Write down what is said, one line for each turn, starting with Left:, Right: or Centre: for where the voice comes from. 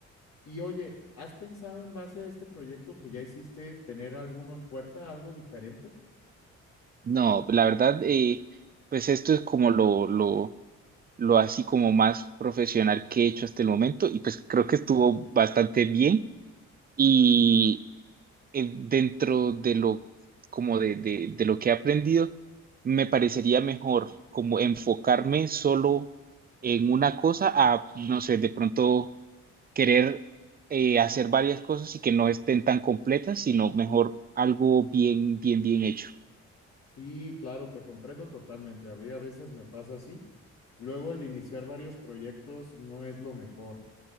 Left: Y oye, ¿has pensado en base a este proyecto que ya hiciste tener alguno en puerta, algo diferente?
Right: No, la verdad, eh, pues esto es como lo, lo lo así como más profesional que he hecho hasta el momento y pues creo que estuvo bastante bien y eh, dentro de lo como de, de, de lo que he aprendido me parecería mejor como enfocarme solo en una cosa a no sé de pronto querer eh, hacer varias cosas y que no estén tan completas sino mejor algo bien bien bien hecho.
Left: Sí, claro, te comprendo totalmente. A mí a veces me pasa así Luego el iniciar varios proyectos no es lo mejor,